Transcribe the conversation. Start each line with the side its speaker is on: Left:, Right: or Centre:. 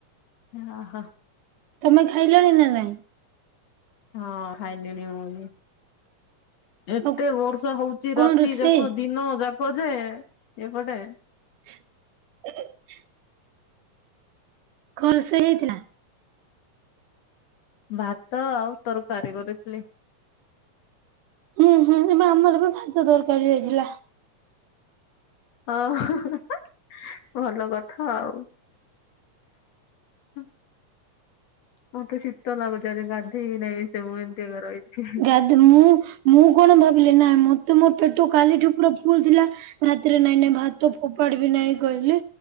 Left: ଓ ହୋ।
Right: ତମେ ଖାଇଲଣି ନା ନାଇଁ?
Left: ହଁ ଖାଇଲିଣି ମୁଁ ବି। ଏତେ
Right: ଆଉ
Left: ବର୍ଷା ହଉଚି
Right: କଣ
Left: ରାତି
Right: ରୋଷେଇ
Left: ଯାକ ଦିନ ଯାକ ଯେ ଏପଟେ।
Right: <inaudible> କଣ ରୋଷେଇ ହେଇଥିଲା?
Left: ଭାତ ଆଉ ତରକାରୀ କରିଥିଲି।
Right: ଉଁ ହୁଁ ଏବେ ଆମର ବି ଭାତ ତରକାରୀ ହେଇଥିଲା।
Left: ଓ ହୋ ଭଲ କ ହୋଉ ଉଁ ମତେ ଶୀତ ଲାଗୁ ଯଦି ଗାଧେଇ ବିି ନାହିଁ ସେ ମୁଁ ଏମିତିକା ରହିଛି।
Right: ଗାଧେ ମୁଁ ମୁଁ କଣ ଭାବିଲି ନାଇଁ ମତେ ମୋର ପେଟ କାଲିଠୁ ପୁରା ଫୁଲ୍ ଥିଲା ରାତି ନାଇଁ ନାଇଁ ଭାତ ଫୋପାଡି ବି ନାଇଁ କହିଲେ